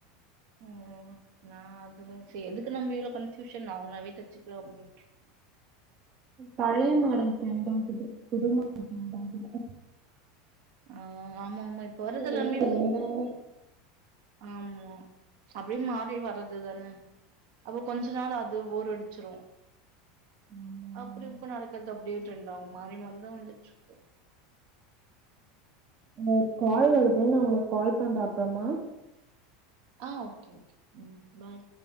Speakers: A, on the right; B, on the right.
A: ம் நான் அதுதான்ரி எதுக்கு நம்ம இவ்ளோ கன்ஃபியூஷன் நார்மலாவே தச்சுக்கலா அப்டினு
B: பழைய மாடல் டிரெண்ட் ஆகுது குடுமா <unintelligible>
A: ஆஹ் ஆமா ஆமா இப்போ வரதல்லாமே
B: இருந்து எல்லாமே
A: ஆமா அப்டி மாறி வர்றதுதானே அப்போ கொஞ்ச நாள் அது ஓர் எடுத் வச்சுருவோம்
B: ஆமா ஆமா.
A: அப்புறோ இப்ப நடக்கிறது அப்படியே ட்ரெண்ட் ஆகும் மாறி மாறி தான் வந்துட்டு இருக்கும்
B: இன்னொரு கால் வருது நான் உங்களுக்கு கால் பண்றேன் அப்புறமா
A: ஆஹ் ஓகே ஓ உம் பாய்